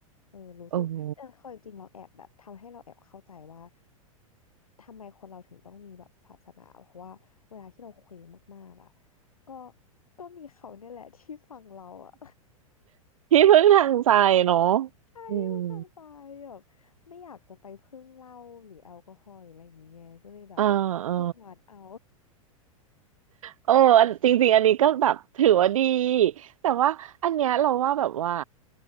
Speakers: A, on the left; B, on the right.
A: เออรู้สึกแต่ความจริงเราแอบแบบทำให้เราแอบเข้าใจว่า
B: โอ้โห
A: ทำไมคนเราถึงต้องมีแบบศาสนาเพราะว่าเวลาที่เราเคว้งมากๆอ่ะก็ก็มีเขาเนี่ยแหละที่ฟังเราอ่ะ
B: ที่พึ่งทางใจเนาะ
A: ใช่ที่พึ่งทางใจแบบไม่อยากจะไปพึ่งเหล้าหรือแอลกอฮอล์หรืออะไรอย่างเงี้ยก็เลยแบบไปพึ่งวัดเอา
B: อืมเออเออ เอออันจริงๆอันนี้ก็แบบถือว่าดีแต่ว่าอันเนี้ยเราว่าแบบว่า